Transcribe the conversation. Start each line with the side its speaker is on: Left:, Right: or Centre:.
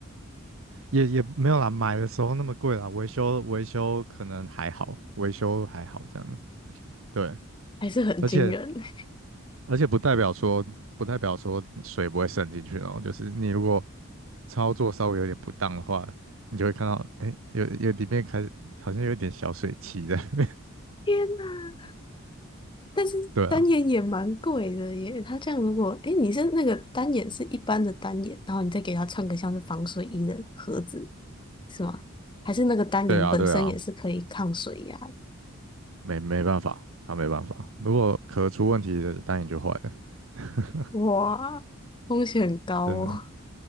Right: 也也没有啦，买的时候那么贵啦，维修维修可能还好，维修还好这样子，对，
Left: 还是很惊人。
Right: 而且
Left: <laughs>
Right: 而且不代表说不代表说你水不会渗进去哦，就是你如果操作稍微有点不当的话，你就会看到，哎，有有里面开始好像有一点小水汽在那边，
Left: 天呐，但是单眼也蛮贵的耶，
Right: <laughs> 对啊。
Left: 它这样如果，诶，你是那个单眼是一般的单眼，然后你再给它穿个像是防水衣的盒子，是吗？还是那个单眼本身也是可以抗水压的？
Right: 对啊，对啊，没没办法，他没办法。如果壳出问题的，单眼就坏了，<laughs>
Left: 哇，风险很高哦。
Right: 真的